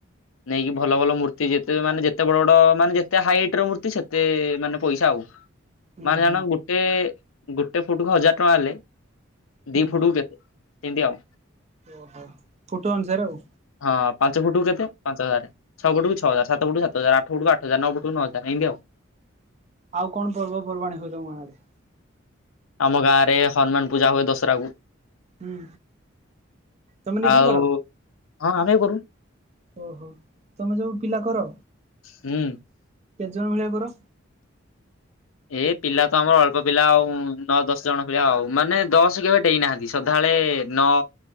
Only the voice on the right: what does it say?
ହୁଁ
ହୁଁ
ହୁଁ
ଓହୋ ଫୁଟୁ ଆନୁସରେ ଆଉ।
ଆଉ କଣ ପର୍ବପର୍ବାଣି ହଉ ତମ ଗଁରେ?
ହୁଁ, ତମେ ନିଜେ
କର?
ଓହୋ ତମେ ଯୋଉ ପିଲା କର
କେତେ ଜଣ ଭଳିଆ କର?